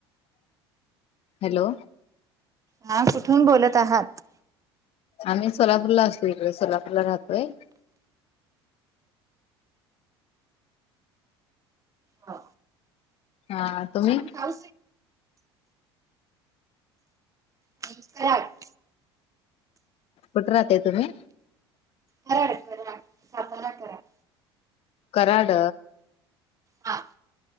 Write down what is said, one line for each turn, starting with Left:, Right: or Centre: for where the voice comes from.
Left: हॅलो
Right: हा कुठून बोलत आहात
Left: आम्ही सोलापूरला असलो इकडे सोलापूरला राहतोय
Right: हा
Left: हा तुम्ही
Right: ह नम
Left: कुठे राहते तुम्ही
Right: कराड करा सातारा करा
Left: कराड
Right: हा